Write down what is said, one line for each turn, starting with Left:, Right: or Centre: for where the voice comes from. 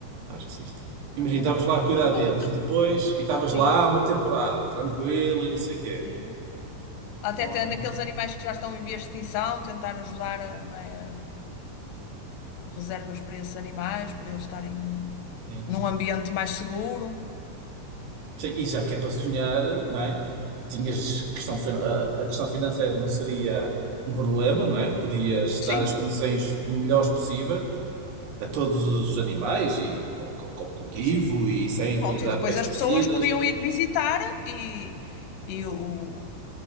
Right: Acho que sim.
Left: Mas
Right: Imagina,
Left: era,
Right: estavas lá a
Left: mas
Right: cuidar
Left: era bom
Right: deles
Left: aquele.
Right: e depois, e estavas
Left: Sim,
Right: lá uma temporada, tranquilo e não sei o quê.
Left: sim. Até
Right: Olha,
Left: tendo aqueles animais que já estão em vias de extinção, tentar ajudar, a, não é, a reservas para esses animais, para eles estarem
Right: sim.
Left: num ambiente mais seguro.
Right: Sim, E já que é para sonhar, não é? Tinhas questão, fin- a a questão financeira não seria um problema, não é? Podias dar
Left: Sim.
Right: as condições melhores possível a todos os animais e ao, co- ao cultivo
Left: Sim.
Right: e sem utilizar
Left: Pronto, e depois
Right: pesticidas.
Left: as pessoas podiam ir visitar e, e o,